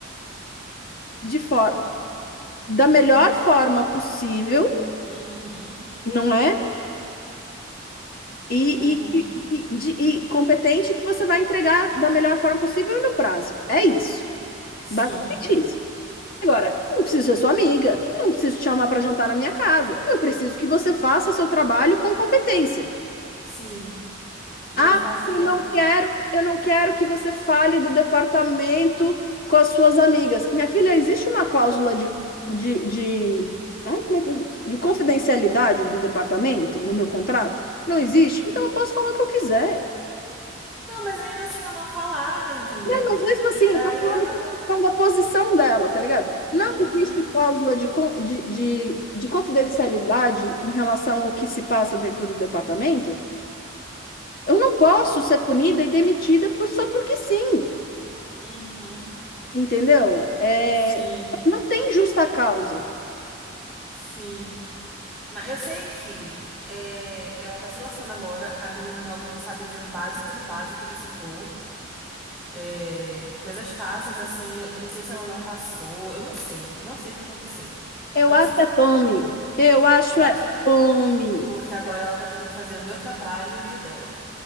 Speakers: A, on the left (about 45°); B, in the centre.
A: de forma, da melhor forma possível,
B: Uhum.
A: não é? E,
B: Uhum.
A: e, e, e- de, e competente que você vai entregar da melhor forma possível e no prazo. É isso.
B: Sim.
A: Basicamente isso. Agora, eu não preciso ser sua amiga, eu não preciso te chamar para jantar na minha casa. Eu preciso que você faça seu trabalho com competência.
B: Sim. E
A: Ah,
B: eu fazia.
A: porque não quero, eu não quero que você fale do departamento com as suas amigas. Minha filha, existe uma cláusula de, de, de, ai, como é que é? de confidencialidade do departamento no meu contrato? Não existe? Então eu posso falar o que eu quiser.
B: Não, mas ainda assim eu não falava, entendeu?
A: Não, mas mesmo assim,
B: E
A: eu
B: aí
A: tô falando
B: ela
A: com
B: não.
A: questão da posição dela, tá ligado?
B: Uhum,
A: Não existe cláusula de, con- de, de, de confidencialidade em relação ao que se passa dentro do departamento. Eu não posso ser punida e demitida por, só porque sim.
B: uhum.
A: Entendeu? É,
B: Sim,
A: não tem justa causa.
B: sim. Mas eu sei que é, ela tá se lascando agora. A menina nova não sabe ver o básico do básico do setor. É, coisas fáceis, assim. Eu não sei se ela não passou. Eu não sei. Eu não sei o que aconteceu.
A: Eu
B: Não
A: acho
B: sei.
A: é Tommy. Eu acho
B: Eu
A: é
B: acho é
A: Tommy.
B: porque agora ela tá tendo que fazer o meu trabalho e o dela.